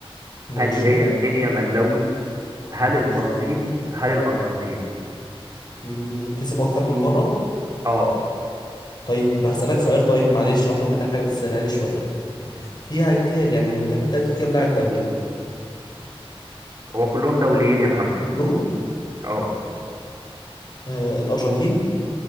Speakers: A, on the left; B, on the right.
A: ماشي
B: هل هي مينيا ملاوي هل البرازيل
A: ماشي
B: هل الارجنتين
A: مم، كسب أكتر من مرة
B: اه
A: طيب هسألك سؤال طيب معلش هطلب منك حاجة بس سهلها لي شوية
B: بس
A: فيها فيها يعني المنتخب ده فيه كام لاعب دولي
B: هو كلهم دوليين يا محمد
A: كلهم
B: اه
A: آه الأرجنتين